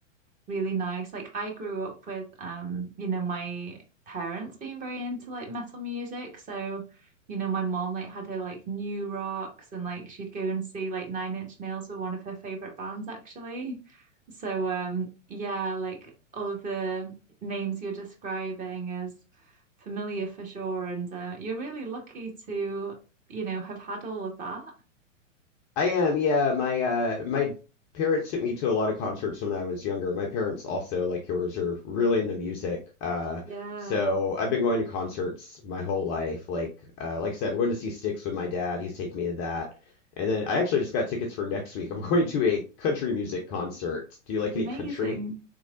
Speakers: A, on the right (about 20°); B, on the left (about 25°).
A: really nice. Like I grew up with um, you know, my parents being very into like metal music. So, you know, my mom like had her like new rocks and like she'd go and see like Nine Inch Nails were one of her favorite bands actually. So um yeah, like all of the names you're describing is familiar for sure. And uh, you're really lucky to, you know, have had all of that.
B: I am, yeah. My uh my parents took me to a lot of concerts when I was younger. My parents also, like yours, are really into music. Uh
A: Yeah.
B: so I've been going to concerts my whole life. Like uh like I said, I'm going to see Styx with my dad. He's taking me to that. And then I actually just got tickets for next week. I'm <laughs> going to a country music concert. Do you like
A: Amazing.
B: any country?